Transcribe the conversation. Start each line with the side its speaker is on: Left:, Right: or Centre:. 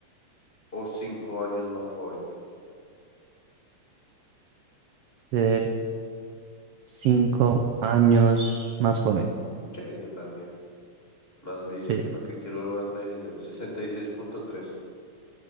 Left: o 5 años más joven?
Right: Ser cinco años más joven.
Left: Che, yo también. Más vida.
Right: Sí.
Left: ¿Para qué quiero envejecer? sesenta y seis punto tres